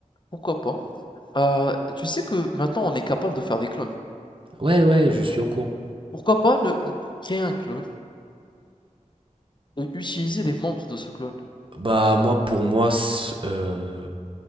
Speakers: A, on the left; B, on the right.
A: pourquoi pas, heu, tu sais que maintenant on est capable de faire des clones?
B: Ouais, ouais, je suis au courant.
A: Pourquoi pas ne ne créer un clone et utiliser les membres de ce clone?
B: Bah, moi, pour moi, c'est, euh,